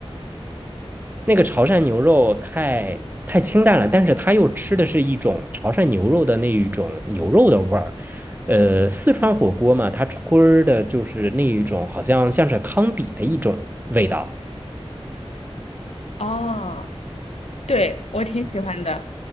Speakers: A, on the right; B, on the left.
A: 那个潮汕牛肉太太清淡了，但是它又吃的是一种潮汕牛肉的那一种牛肉的味儿。呃，四川火锅嘛，它吹儿的就是那一种，好像像是汤底的一种味道。
B: 哦，对，我挺喜欢的。